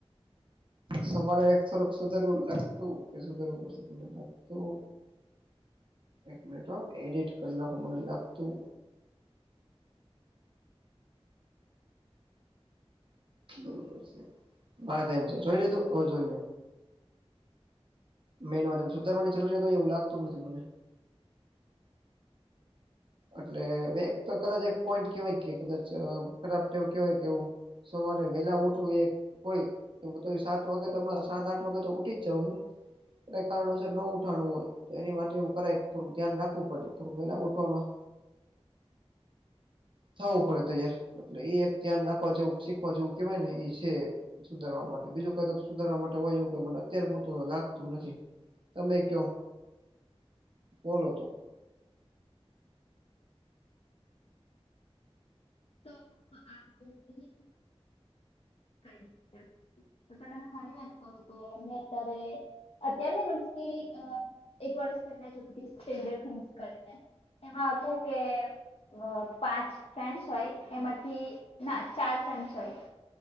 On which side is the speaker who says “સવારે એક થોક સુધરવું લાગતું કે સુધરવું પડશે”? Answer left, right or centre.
Right